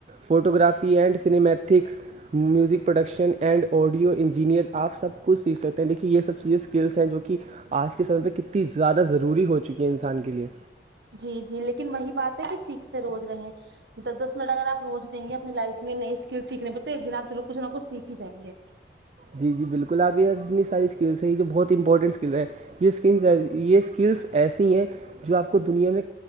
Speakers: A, on the right (about 40°); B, on the right (about 75°).
A: photography and cinematics music production and audio engineer آپ سب کچھ سیکھ سکتے ہیں دیکھیے یہ سب چیزیں اسکلس ہیں جو کی آج کے سمے پہ کتنی زیادہ ضروری ہو چکی ہے انسان کے لیے
B: جی جی لیکن وہی بات ہے کہ سیکھتے روز رہے دس دس منٹ اگر آپ روز دیں گے اپنی لائف میں نئی اسکل سیکھنے پہ تو ایک دن آپ چو کچھ نہ کچھ سیکھ ہی جائینگے
A: جی جی بالکل آپ یہ اتنی ساری اسکلس ہیں یہ جو بہت امپورٹنٹ اسکل ہیں یہ اسکل یہ اسکلس ایسی ہیں جو آپ کو دنیا میں